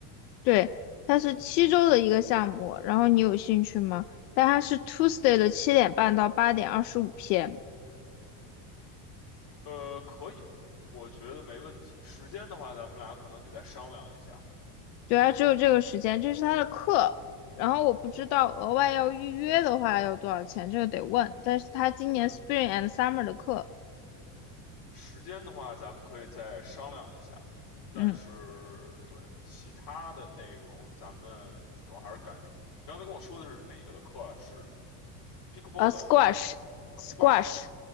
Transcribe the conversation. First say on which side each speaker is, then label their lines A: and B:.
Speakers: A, on the left; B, on the left.
A: 对，它是七周的一个项目，然后你有兴趣吗？但它是 Tuesday 的七点半到八点二十五 PM，
B: 呃，可以，我觉得没问题。时间的话，咱们俩可能得再商量一下。
A: 对啊，只有这个时间，这是他的课。然后我不知道额外要预约的话要多少钱，这个得问。但是他今年
B: 对，
A: Spring and Summer 的课，
B: 时间的话，咱们可以再商量一下。但是，
A: 嗯，
B: 对，其他的内容，咱们主要还是感受。你刚才跟我说的是哪个的课啊？是 pickleball
A: 呃，Squash
B: 的 pickleball 啊
A: Squash，
B: squash